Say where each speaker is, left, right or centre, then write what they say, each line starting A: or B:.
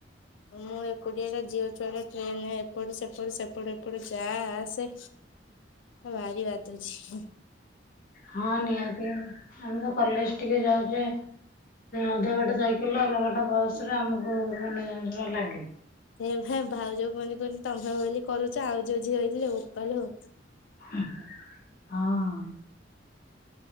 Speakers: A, on the left; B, on the left.
A: ମୁଁ ଏକୁଟିଆଟା ଝିଅ ଛୁଆଟା ଟ୍ରେନ ରେ ଏପଟ ସେପଟ ସେପଟ ଏପଟେ ଯା ଆସେ ଭାରି ବାଧୁଚି।
B: ହଁ ନିହାତି ଆମେ ତ କଲେଜ ଟିକେ ଯାଉଚେ ଅଧା ବାଟ ସାଇକେଲ ରେ ଅଧା ବାଟ ବସ ରେ ଆମକୁ ମାନେ ଯାହା ଲାଗେ।
A: ଏଇ ପା ଭାଉଜ କୁହନ୍ତି କୁହନ୍ତି ତମେ ବୋଲି କରୁଚ ଆଉ ଯୋଉ ଝିଅ ହେଇଥିଲେ ବୋପାଲୋ।
B: ହଁ।